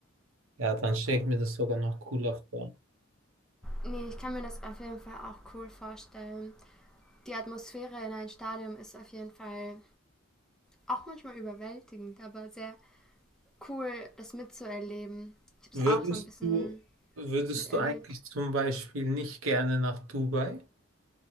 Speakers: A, on the right; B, in the centre.
A: ja, dann stelle ich mir das sogar noch cooler vor.
B: Nee, ich kann mir das auf jeden Fall auch cool vorstellen. Die Atmosphäre in einem Stadion ist auf jeden Fall auch manchmal überwältigend, aber sehr cool, das mitzuerleben. Ich habe
A: Würdest
B: es auch so ein bisschen
A: du, würdest
B: miterlebt.
A: du eigentlich zum Beispiel nicht gerne nach Dubai?